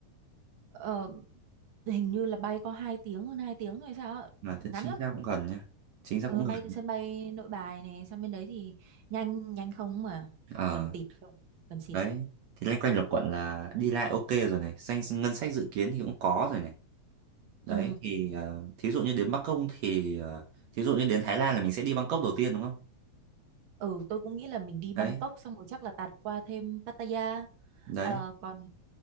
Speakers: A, on the right; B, on the right.
A: Ờ, hình như là bay có 2 tiếng hơn 2 tiếng rồi sao ạ
B: Mà thế
A: ngắn
B: chính
A: lắm
B: xác cũng gần nhá. Chính xác
A: ờ,
B: cũng gần.
A: bay từ sân bay Nội Bài này sang bên đấy thì nhanh nhanh không mà
B: Ờ
A: gần tịt không gần xịt
B: đấy, thì loanh quanh lục quận là đi lại ok rồi này, danh ngân sách dự kiến thì cũng có rồi này. Đấy
A: ừ.
B: thì ờ, thí dụ như đến Bắc Công thì ờ, thí dụ như đến Thái Lan là mình sẽ đi Bangkok đầu tiên đúng không?
A: ừ tôi cũng nghĩ là mình đi
B: Đấy,
A: Bangkok xong rồi chắc là tạt qua thêm Pattaya
B: đấy.
A: Ờ, còn